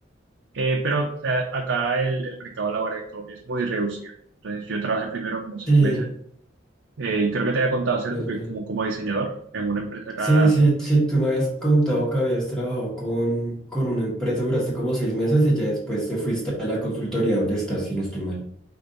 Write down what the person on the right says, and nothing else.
Eh, pero eh, acá el, el mercado laboral en Colombia es muy reducido. Entonces yo trabajé primero como seis
meses eh, y creo que te había contado, ¿cierto?
Que
como, como diseñador en una empresa acá,